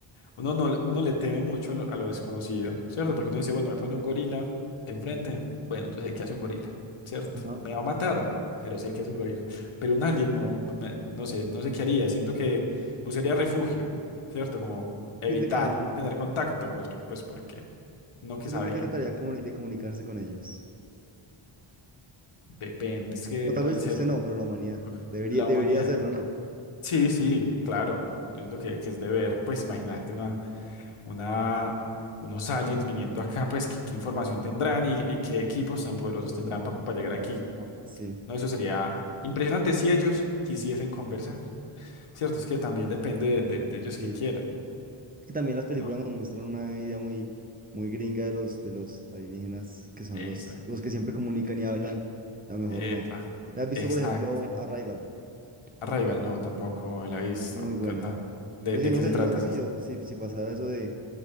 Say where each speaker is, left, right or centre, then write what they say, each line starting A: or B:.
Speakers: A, on the left (about 80°); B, on the right (about 20°).
A: Uno, no, le- uno le teme mucho a lo, a lo desconocido, ¿cierto? Porque uno dice, bueno, me pone un gorila enfrente, bueno, yo sé qué hace un gorila, ¿cierto?
B: Ajá.
A: Me va a matar, pero sé qué hace un gorila. Pero un alien no, me- no sé, no sé qué haría, siento que buscaría refugio, ¿cierto? Como evitar
B: Siente que no.
A: tener contacto, pues, pues porque no
B: ¿Usted
A: que sabe,
B: no cree que trataría comuni- de comunicarse con ellos?
A: depende, es que
B: O tal
A: pueden
B: vez
A: ser
B: usted no, pero la humanidad.
A: uf,
B: Debería,
A: la
B: debería
A: humanidad.
B: hacerlo, ¿no?
A: Sí, sí, claro, yo siento que, que es deber, pues imagínate una... una, unos aliens viniendo acá, pues qué, qué información tendrán y, y qué equipos tan poderosos tendrán para llegar aquí.
B: Ah, Sí.
A: No, eso sería impresionante si ellos quisiesen conversar. Cierto, es que también depende de, de- de ellos
B: sí.
A: que quieran.
B: Es que también las películas
A: No.
B: nos muestran una idea muy, muy gringa de los, de los alienígenas, que son
A: Esa.
B: los, los que siempre comunican y hablan. A lo mejor
A: Epa.
B: no. ¿Te has visto,
A: Exacto.
B: por ejemplo, Arrival?
A: Arrival
B: La película
A: no, tampoco me la he visto.
B: es muy buena.
A: ¿Qué onda? ¿De,
B: Pero
A: de
B: sí, no
A: qué
B: sé,
A: se trata
B: yo creo que
A: ese?
B: si yo, si, si pasara eso de